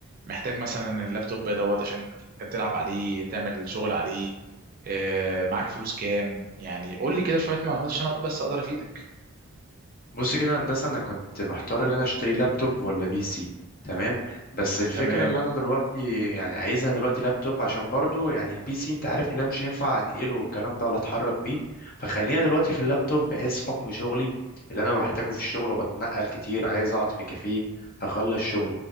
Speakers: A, on the right (about 40°); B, on the left (about 40°).
A: محتاج مثلا اللابتوب دوت عشان تلعب عليه تعمل شغل عليه آه، معاك فلوس كام يعني قول لي كده شوية معلومات عشان أقدر- بس اقدر افيدك
B: بص كده يا هندسه انا كنت محتار ان انا اشتري لابتوب ولا بي سي تمام بس الفكره
A: تمام
B: اللي انا دلوقتي يعني عايزها دلوقتي لابتوب عشان برضو يعني البي سي انت عارف اللي أنا مش هينفع انقله والكلام ده ولا اتحرك بيه فخلينا دلوقتي في اللابتوب بحيث حكم شغلي اللي انا بحتاجه في الشغل وبتنقل كتير عايز اقعد في كافيه هخلص شغل